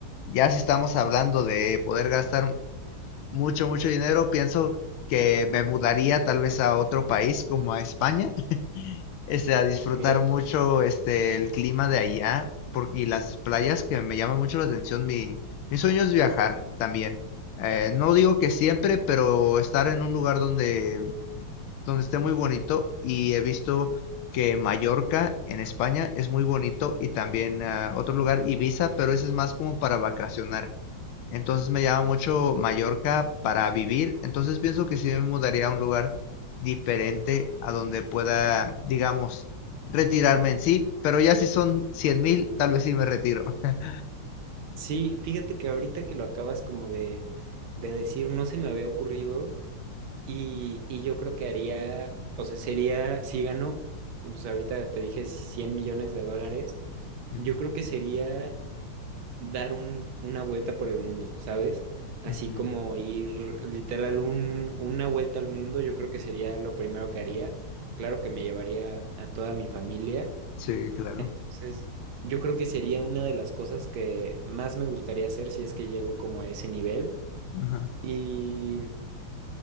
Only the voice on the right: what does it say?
Ok.
Sí, fíjate que ahorita que lo acabas como de, de decir, no se me había ocurrido y, y yo creo que haría, o sea, sería, si gano, pues ahorita te dije 100 millones de dólares,
yo creo que sería dar un- una vuelta por el mundo, ¿sabes? Así
como ir literal un- una vuelta al mundo, yo creo que sería lo primero que haría. Claro que me llevaría a toda mi familia
entonces, yo creo que sería una de las cosas que más me gustaría hacer si es que llego como a ese nivel.
Y